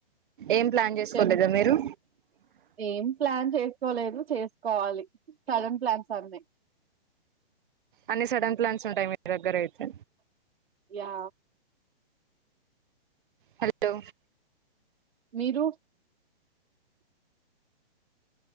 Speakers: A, on the right (about 55°); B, on the right (about 75°).
A: ఏం ప్లాన్ చేసుకోలేదా
B: టెం
A: మీరూ
B: ఏం ప్లాన్ చేసుకోలేదు చేసుకోవాలి సడన్ ప్లాన్స్ అన్ని
A: అన్ని సడన్ ప్లాన్స్ ఉంటాయి మీ దగ్గర అయితే
B: యా
A: హలో
B: మీరు